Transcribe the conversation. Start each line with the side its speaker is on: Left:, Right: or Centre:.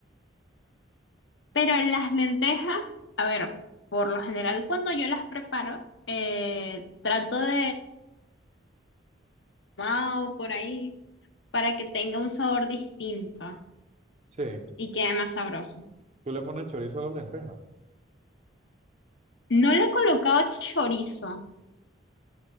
Left: Pero las lentejas, a ver, por lo general cuando yo las preparo, eh, trato de... mao por ahí para que tenga un sabor distinto.
Right: Sí,
Left: y quede más sabroso.
Right: tú le pones chorizo a las lentejas.
Left: No le he colocado chorizo,